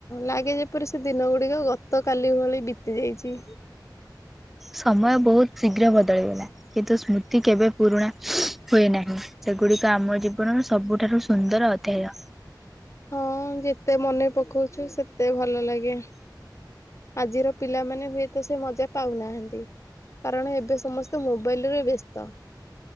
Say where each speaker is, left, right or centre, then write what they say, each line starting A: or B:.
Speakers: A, on the left; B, in the centre.
A: ଲାଗେ ଯେପରି ସେ ଦିନ ଗୁଡିକ ଗତ କାଲି ଭଳି ବିତି ଯାଇଛି।
B: ସମୟ ବହୁତ ଶୀଘ୍ର ବଦଳିଗଲା କିନ୍ତୁ ସ୍ମୃତି କେବେ ପୁରୁଣା ହୁଏ ନାହିଁ ସେଗୁଡିକ ଆମ ଜୀବନର ସବୁଠାରୁ ସୁନ୍ଦର ଅଧ୍ୟାୟ।
A: ହଁ ଯେତେ ମନେ ପକଉଛୁ ସେତେ ଭଲ ଲାଗେ। ଆଜିର ପିଲାମାନେ ହୁଏତ ସେ ମଜା ପାଉନାହାନ୍ତି। କାରଣ ଏବେ ସମସ୍ତେ ମୋବାଇଲରେ ବ୍ୟସ୍ତ।